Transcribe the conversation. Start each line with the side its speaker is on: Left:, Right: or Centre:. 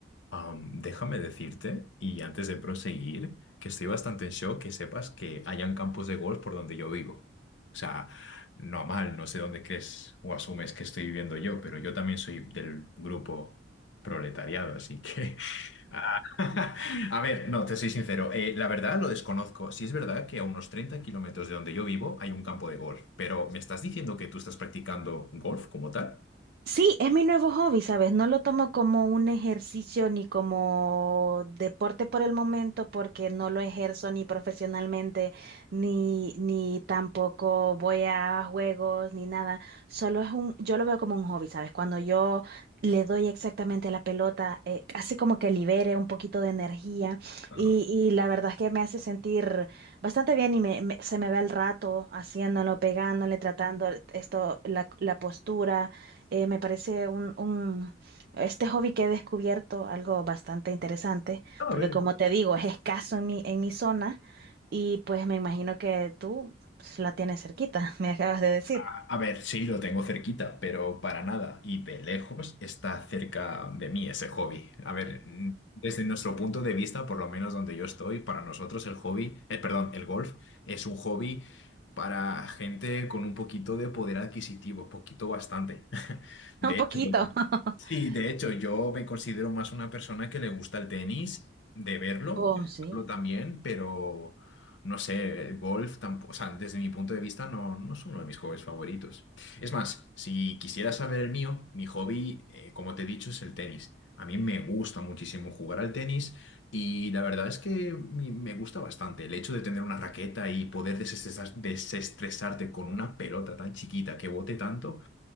Left: Am, déjame decirte, y antes de proseguir, que estoy bastante en shock que sepas que hayan campos de golf por donde yo vivo. O sea, normal, no sé dónde crees o asumes que estoy viviendo yo, pero yo también soy del grupo proletariado, así que... <laughs> Ah, <laughs> A ver, no, te soy sincero, eh, la verdad lo desconozco. Sí es verdad que a unos 30 kilómetros de donde yo vivo hay un campo de golf, pero ¿me estás diciendo que tú estás practicando golf como tal?
Right: Sí, es mi nuevo hobby, ¿sabes? No lo tomo como un ejercicio ni como deporte por el momento porque no lo ejerzo ni profesionalmente, ni, ni tampoco voy a juegos, ni nada. Solo es un, yo lo veo como un hobby, ¿sabes? Cuando yo le doy exactamente la pelota, eh, hace como que libere un poquito de energía
Left: Ah.
Right: y, y la verdad es que me hace sentir bastante bien y me, me- se me ve el rato haciéndolo, pegándole, tratando esto, la la postura. Eh, me parece un, un- este hobby que he descubierto algo bastante interesante,
Left: A
Right: porque
Left: ver.
Right: como te digo, es escaso en mi, en mi zona y pues me imagino que tú pues, la tienes cerquita, <laughs> me acabas de decir.
Left: A a ver, sí, lo tengo cerquita, pero para nada. Y de lejos está cerca de mí ese hobby. A ver, mm, desde nuestro punto de vista, por lo menos donde yo estoy, para nosotros el hobby, eh, perdón, el golf es un hobby para gente con un poquito de poder adquisitivo, poquito bastante. <laughs> De
Right: Un poquito.
Left: hecho,
Right: <laughs>
Left: sí, de hecho, yo me considero más una persona que le gusta el tenis, de verlo,
Right: Oh,
Left: de jugarlo
Right: sí.
Left: también, pero... No sé, el golf tampoco, o sea, desde mi punto de vista no, no es uno de mis hobbies favoritos. Es más, si quisieras saber el mío, mi hobby, eh, como te he dicho, es el tenis. A mí me gusta muchísimo jugar al tenis y la verdad es que mi- me gusta bastante el hecho de tener una raqueta y poder desestresar- desestresarte con una pelota tan chiquita que bote tanto.